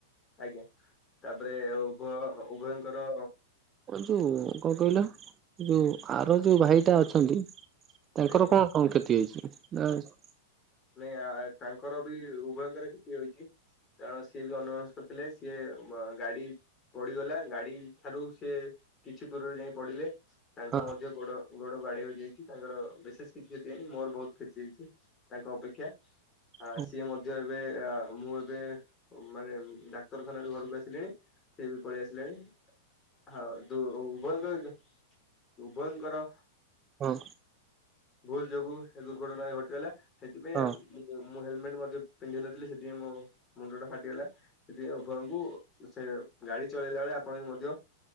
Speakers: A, on the left; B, on the right.
A: ଆଜ୍ଞା, ତାପରେ ଉଭୟ ଉଭୟଙ୍କର
B: ଯୋଉ କଣ କହିଲ, ଯୋଉ ଆର ଯୋଉ ଭାଇଟା ଅଛନ୍ତି ତାଙ୍କର
A: ଆଜ୍ଞା
B: କଣ କଣ କ୍ଷତି ହେଇଛି?
A: ନାଇଁ ତାଙ୍କର ବି ଉଭୟଙ୍କର କ୍ଷତି ହୋଇଛି। କାରଣ ସିଏ ବି ଅନ୍ୟମନସ୍କ ଥିଲେ। ସିଏ ଗାଡି ପଡିଗଲା। ଗାଡି ଠାରୁ ସିଏ କିଛି ଦୂରରେ ଯାଇ ପଡିଲେ। ତାଙ୍କ
B: ହଁ
A: ମଧ୍ୟ ଗୋଡ ଗୋଡ ବାଡ଼େଇ ହୋଇଯାଇଛି। ତାଙ୍କର ବିଶେଷ କିଛି କ୍ଷତି ହେଇନି। ମୋର ବହୁତ କ୍ଷତି ହୋଇଛି ତାଙ୍କ ଅପେକ୍ଷା। ଆ,
B: ହଁ
A: ସିଏ ମଧ୍ୟ ଏବେ ଆ ମୁଁ ଏବେ ମାନେ ଡାକ୍ତରଖାନାରୁ ଘରକୁ ଆସିଲିଣି। ସିଏବି ପଳେଇ ଆସିଲାଣି। ହଁ କିନ୍ତୁ ଉଭୟଙ୍କ ଉଭୟଙ୍କର
B: ହଁ।
A: ଭୁଲ୍ ଯୋଗୁ ଏ ଦୁର୍ଘଟଣା ଘଟିଗଲା। ସେଥିପାଇଁ
B: ହଁ
A: ଆମେ ମୁଁ ମୁଁ ହେଲମେଟ ମଧ୍ୟ ପିନ୍ଧିନଥିଲି ସେଥିପାଇଁ ମୋ ମୁଣ୍ଡଟା ଫାଟିଗଲା। ସେଥିପାଇଁ ଉଭୟଙ୍କୁ ସେ ଗାଡି ଚଳେଇଲା ବେଳେ ଆପଣବି ମଧ୍ୟ